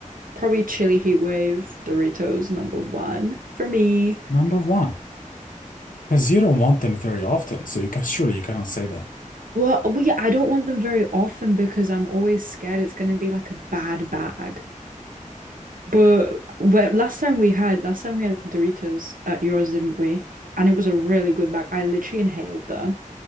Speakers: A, on the right; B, on the left.
A: Probably chili heat wave, Doritos number one for me.
B: Number one, because you don't want them very often, so you can surely you cannot say that.
A: Well, we I don't want them very often because I'm always scared it's gonna be like a bad bag. But where, last time we had last time we had Doritos at yours, didn't we? And it was a really good bag. I literally inhaled them.